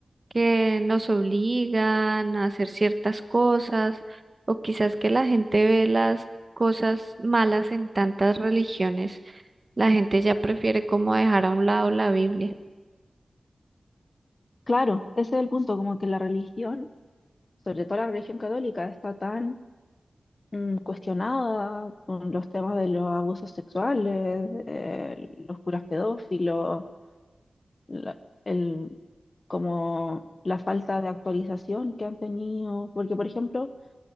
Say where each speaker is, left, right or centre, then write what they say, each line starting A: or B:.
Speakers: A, on the right (about 35°); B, on the left (about 45°).
A: que nos obligan a hacer ciertas cosas o quizás que la gente ve las cosas malas en tantas religiones, la gente ya prefiere como dejar a un lado la Biblia.
B: Claro, ese es el punto, como que la religión, sobre todo la religión católica, está tan mm, cuestionada con los temas de los abusos sexuales, de los curas pedófilos la- el, como la falta de actualización que han tenido. Porque, por ejemplo,